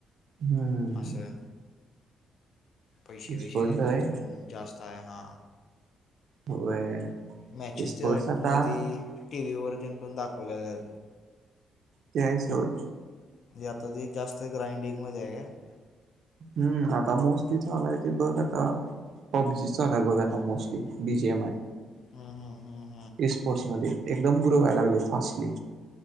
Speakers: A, on the right; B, on the left.
A: हम्म.
B: असं पैसे
A: स्पोर्ट्स
B: वसेतीतच
A: होय
B: पण जास्त आहे हा
A: होय
B: मॅचेस
A: स्पोर्ट्स
B: त्या
A: आता
B: मध टीव्हीवरती पण दाखवल्या ज
A: ते आहे सोड
B: आता ते जास्त ग्रांडिंग मध्ये आहे त
A: हम्म आता मोस्टली चालाय ते बघ आता पबजीचा ना बघ आता mostly B G M I
B: हा हा हा.
A: हे स्पोर्ट्समध्येध्ये एकदम ग्रो व्हायला लागले फास्टली